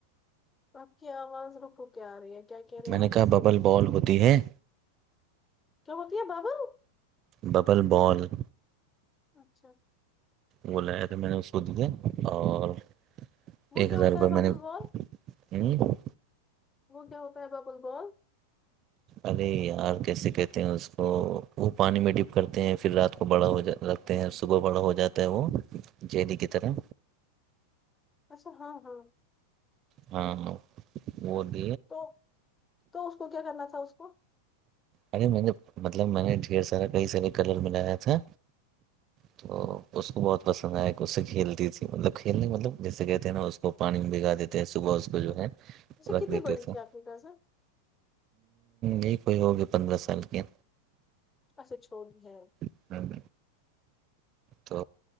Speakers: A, on the left; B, on the right.
A: آپ کی آواز رکو کیا آ رہی ہے کیا کہہ رہے ہیں
B: نے
A: آپ میں
B: کہا ببل
A: سمجھ
B: بال ہوتی ہے
A: کی ہوتی ہے ببل
B: ببل بال
A: اچھا
B: وہ لایا تھا میں نے اس کو دیا اور
A: وہ
B: ایک
A: کیا
B: ہزار
A: ہوتا
B: روپئے
A: ہے ببل
B: میں نے
A: بال
B: ہوں
A: وہ کیا ہو پائے ب بول بول <inaudible>
B: ارے یار کیسے کہتے ہیں اس کو وہ پانی میں ڈپ کرتے ہیں پھر رات کو بڑا ہو جا ہیں صبح بڑا ہو جاتا ہے وہ جیلیی کی طرح
A: اچھا ہاں ہاں
B: ہاں وہ د
A: تو تو اس کو کیا کرنا تھا اس کو
B: ارے میں نے مطلب میں نے ڈھیر سارا کئی سارے کلر بلایا تھا تو اس کو بہت پسند آیا کہ اسے کھیلتی تھی مطلب کھیلنے مطلب جیسے کہتے ہیں نا وہ پانی میں بگا دیتے ہیں صبح اس کو جو ہے
A: اچھا
B: رکھ
A: کتنی
B: دیتے
A: بڑی
B: تھے
A: تھی
B: ہ
A: آپ کی کزن
B: یہی کوئی ہوگیا پندرہ سال کی
A: اچھا چھو ہے
B: ہم، تو